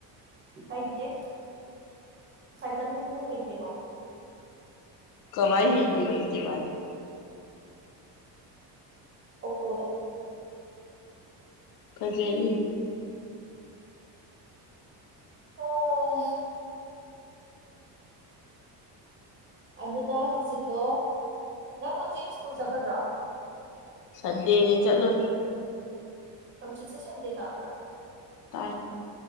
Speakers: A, on the right; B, on the left.
A: ꯍꯩꯇꯦ ꯁꯥꯏꯀꯜꯕꯨꯛ ꯊꯧ ꯍꯩꯇꯦ ꯃꯥꯅꯤ
B: ꯀꯃꯥꯏ ꯍꯦꯟ ꯃꯦ ꯃꯥ
A: ꯑꯣꯛꯇꯣꯗ
B: ꯐꯖꯔꯤ
A: ꯑꯣ ꯑꯗꯨꯅ ꯍꯥꯡꯆꯤꯠꯇꯣ ꯅꯪ ꯍꯪꯆꯤꯠ ꯁ꯭ꯀꯨꯜ ꯆꯠꯀꯗ꯭ꯔꯣ
B: ꯁꯟꯗꯦ ꯆꯠꯂꯣ
A: ꯍꯧꯛꯖꯤꯠꯁꯦ ꯁꯟꯗꯦ ꯇꯥꯕ꯭ꯔꯥ
B: ꯇꯥꯏ